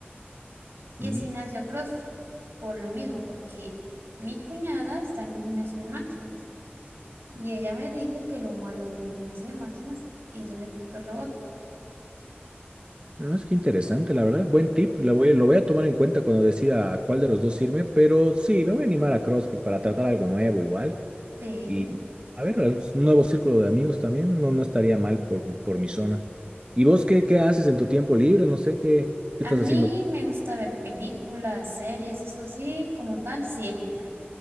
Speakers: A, on the right; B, on the right.
A: Y
B: Mm.
A: es gimnasio CrossFit, por lo mismo, porque mi cuñada está en un gimnasio de máquinas y ella me dijo que lo malo del gimnasio de máquinas es el efecto rebote.
B: No, es que interesante, la verdad. Buen tip. Lo voy, lo voy a tomar en cuenta cuando decida a cuál de los dos irme, pero sí, me voy a animar a CrossFit para tratar algo nuevo igual.
A: Sí.
B: Y a ver, un nuevo círculo de amigos también. No, no estaría mal por, por mi zona. ¿Y vos qué, qué haces en tu tiempo libre? No sé qué, qué
A: A
B: estás
A: mí
B: haciendo.
A: me gusta ver películas, series, eso sí, como tal, siempre.